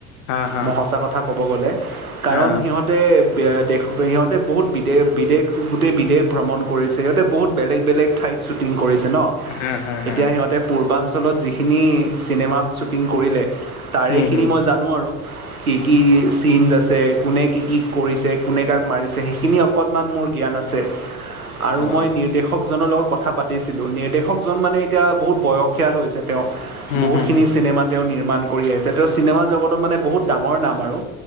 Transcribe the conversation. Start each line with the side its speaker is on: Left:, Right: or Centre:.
Left: হা হা
Right: মই সচা কথা ক'ব গ'লে, কাৰণ
Left: হা
Right: সিহতে দেশ সিহতে বিহুত বিদেশ- বিদেশ গোটেই বিদেশ ভ্ৰমণ কৰিছে। বহুত বেলেগ - বেলেগ ঠাইত শ্বুটিং কৰিছে ন।
Left: হা হা হা
Right: এতিয়া সিহতে পূৰ্বা ঞ্চলত যিখিনি চিনেমা শ্বুটিং কৰিলে তাৰেখিনি
Left: হুম হুম
Right: মই জানো আৰু কি - কি চিনজ আছে। কোনে কি কি কৰিছে,? কোনে কাক মাৰিছে, সেইখিনি অকণমান মোৰ মোৰ জ্ঞান আছে আৰু
Left: অ
Right: মই নিৰ্দেশকজনৰ লগত কথা পাতিছিলো, নিৰ্দেশকজন মানে এতিয়া বহুত বয়সীয়াল হৈছে তেও,
Left: হুম
Right: বহুতখিনি
Left: হুম হুম
Right: চিনেমা তেও নিৰ্মাণ কৰি আছে। তেও চিনেমাজগতত মানে বহুত ডাঙৰ নাম আৰু